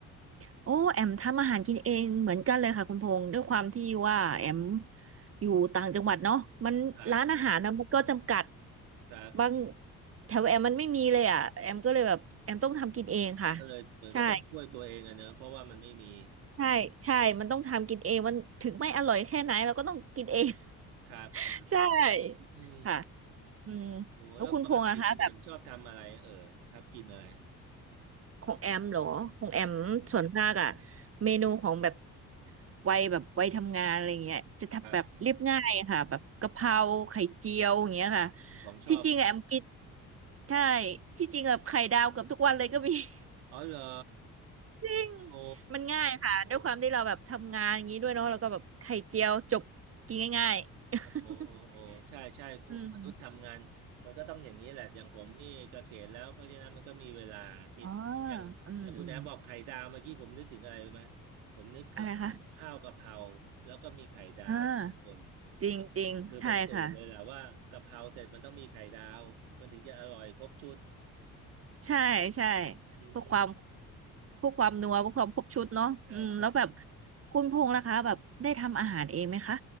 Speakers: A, on the right (about 30°); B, on the right (about 75°).
A: โอ้แอมทำอาหารกินเองเหมือนกันเลยค่ะคุณพงษ์ด้วยความที่ว่าแอมอยู่ต่างจังหวัดเนาะมันร้านอาหารนะมันก็จำกัด
B: ครับครับ
A: บางแถวแอมมันไม่มีเลยอ่ะแอมก็เลยแบบแอมต้องทำกินเองค่ะ
B: ก็เลยเหมือนก็ต้องช่วยตัวเองอะเนอะเพราะว่ามันไม่มี
A: ใช่ใช่ใช่มันต้องทำกินเองมันถึงไม่อร่อยแค่ไหนเราก็ต้องกินเอง
B: ครับครับ
A: <laughs> ใช่
B: อืม
A: ค่ะอืม
B: โอ้แล้วปกติคุณแอมชอบทำอะไรเอ่ยชอบกินอะไร
A: แล้วคุณพงษ์นะคะแบบ ของแอมเหรอของแอมส่วนมากอะ
B: ครับ
A: เมนูของแบบวัยแบบวัยทำงานอะไรเงี้ยจะทำแบบเรียบง่ายอะค่ะแบบกะเพราไข่เจียวอย่างเงี้ยค่ะ
B: ครับ ของชอบผมเนี่ย
A: ที่จริงอะแอมกินใช่ที่จริงแบบไข่ดาวเกือบทุกวันเลยก็มี <laughs>
B: อ๋อเหรอ
A: จริง
B: โอ้
A: มันง่ายค่ะด้วยความที่เราแบบทำงานอย่างนี้ด้วยเนาะแล้วก็แบบไข่เจียวจบกินง่าย
B: โอ้โอ้โอ้โอ้ใช่ใช่คุณมนุษย์ทำงานมันก็ต้องอย่างนี้แหละอย่างผมนี่เกษียณแล้วเพราะฉะนั้นมันก็มีเวลาคิดอย่างอย่างคุณแหนมบอกไข่ดาวเมื่อกี้ผมนึกถึงอะไรรู้ไหม
A: ๆ <laughs> อืมอ๋ออืมอืม
B: ผมนึกข้าวข้าวกะเพรา
A: อะไรคะ
B: แล้วก็มีไข่ดาวทุกคน
A: อ่าจริงจริงใช่ค่ะ
B: คือเป็นสูตรเลยแหละว่ากะเพราเสร็จมันต้องมีไข่ดาวมันถึงจะอร่อยครบชุด
A: ใช่ใช่
B: อืมอืม
A: เพื่อความเพื่อความนัวเพื่อความครบชุดเนาะอืมแล้วแบบ
B: ใช่ใช่
A: คุณพงษ์ล่ะคะแบบได้ทำอาหารเองไหมคะ